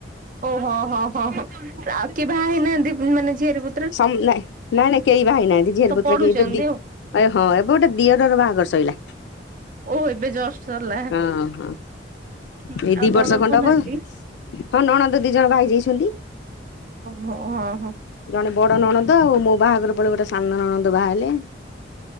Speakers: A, on the right; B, on the left.
A: ଓହୋ ହଁ ହଁ ହଁ ଆଉ କି ବାହା ହେଇନାହାନ୍ତି ମାନେ ଝିଅରେ ବ
B: ନାଇଁ ନାଇଁ ନାଇଁ କେହି ବା ହେନାହାଁନ୍ତି ଝିର
A: ସବୁ
B: ପୁତ୍ର
A: ପଢୁଛନ୍ତି
B: କେହି ବଦି
A: ଆଉ।
B: ଏ ହଁ ଏବେ ଗୋଟେ ଦିଅରର ବାହାଘର ଶଇଲାା
A: ଓ ଏବେ ଜଷ୍ଟ ସରିଲା।
B: ଓ ହୋ
A: ହୁଁ
B: ଏଇ
A: ଆଉ
B: ଦି
A: ନଣନ୍ଦ
B: ବର୍ଷ ଖଣ୍ଡ ହବ
A: ନାହାନ୍ତି?
B: ହଁ ନଣନ୍ଦ ଦି ଜଣ ଭାଇ ଯାଇଛନ୍ତି
A: ଓହୋ ହ ହୋ
B: ଜଣେ ବଡ ନଣନ୍ଦ ଆଉ ମୋ ବାହାଘର ପଳେଇ ଗୋଟେ ସାଙ୍ଗ ନଣନ୍ଦ ବାହା ହେଲେ